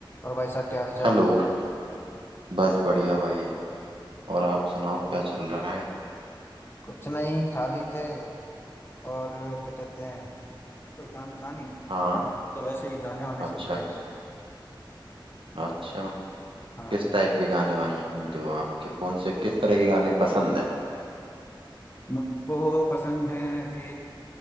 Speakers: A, on the left; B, on the right.
A: और भाई साहब क्या हाल चाल
B: Hello बस बढ़िया भाई और आप सुनाओ क्या चल रहा है
A: कुछ नहीं खाली थे और क्या कहते हैं कोई काम था नहीं
B: हाँ
A: तो वैसे ही गाने वाने सुन
B: अच्छा
A: रहे थे
B: अच्छा
A: हाँ
B: किस टाइप के गाने वाने सुनते हो आपके कौन से किस तरह के गाने पसंद है
A: मुझको पसंद है कि